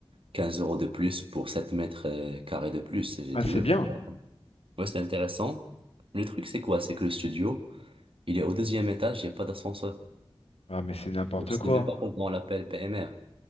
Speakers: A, on the right; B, on the left.
A: 15 euros de plus pour 7 mètres euh, carrés de plus. Et j'ai
B: Ah,
A: dit,
B: c'est
A: ouais,
B: bien.
A: ouais, c'est intéressant. Le truc, c'est quoi? C'est que le studio. Il est au deuxième étage, il n'y a pas d'ascenseur.
B: Ah, mais c'est n'importe
A: Donc, c'était
B: quoi.
A: même pas pendant l'appel PMR.